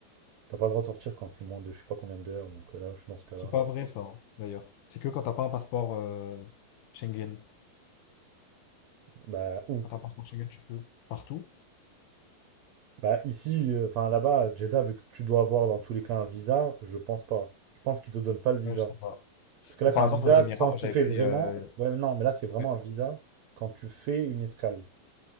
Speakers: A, on the right (about 75°); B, on the left (about 70°).
A: T'as pas le droit de sortir quand c'est moins de je sais pas combien d'heures, donc euh, là, je suis dans ce cas-là.
B: C'est pas vrai ça, hein, d'ailleurs. C'est que quand t'as pas un passeport euh, Schengen.
A: Bah, où?
B: Quand t'as un passeport Schengen, tu peux. Partout?
A: Bah, ici, euh, enfin là-bas, à Jeddah, vu que tu dois avoir dans tous les cas un visa, je pense pas. Je pense qu'ils te donnent pas le visa.
B: Ouais, je sais pas.
A: Parce que
B: Mais
A: là, c'est
B: par
A: un
B: exemple,
A: visa
B: aux Émirats,
A: quand
B: moi
A: tu
B: j'avais
A: fais
B: fait...
A: vraiment.
B: euh,
A: Ouais, mais non, mais là, c'est vraiment
B: ouais.
A: un visa quand tu fais une escale,